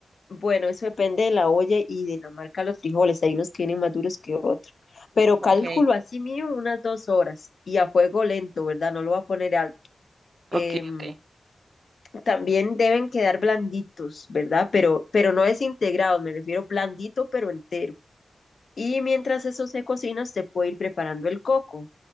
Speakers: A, on the left (about 60°); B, on the right (about 60°).
A: Bueno, eso depende de la olla y de la marca de los frijoles. Hay unos que vienen más duros que otros. Pero
B: Ok,
A: cálculo así mío unas dos horas y a fuego lento, ¿verdad? No lo va a poner alto.
B: ok,
A: Em,
B: ok.
A: también deben quedar blanditos, ¿verdad? Pero, pero no desintegrados, me refiero blandito pero entero. Y mientras eso se cocina, usted puede ir preparando el coco.